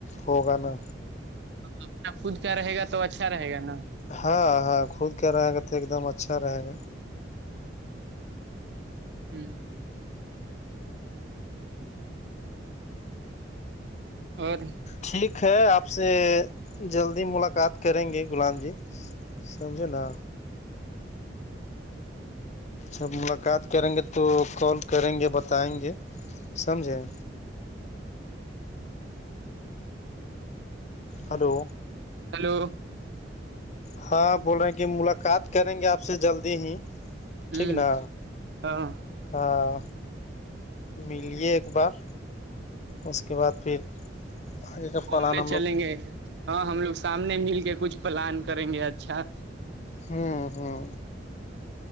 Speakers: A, on the left; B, on the right.
A: ہوگا نا
B: اپنا خود کا رہے گا تو اچھا رہے گا نا
A: ہاں ہاں خود کیا رہے گا تو ایک دم اچھا رہے گا
B: ہوں اور
A: ٹھیک ہے آپ سے جلدی ملاقات کریں گے غلام جی سمجھے نا جب ملاقات کریں گے تو کال کریں گے بتائیں گے سمجھیں ہلو
B: ہیلو
A: ہاں بول رہے ہیں کہ ملاقات کریں گے آپ سے جلدی ہی
B: ہوں
A: ٹھیک نا
B: ہاں
A: ہاں ملیے ایک بار اس کے بعد پھر آگے کا
B: گھومنے
A: پلان ہم
B: چلیں
A: لوگ
B: گے ہاں ہم لوگ سامنے مل کے کچھ پلان کریں گے اچھا
A: ہاں ہاں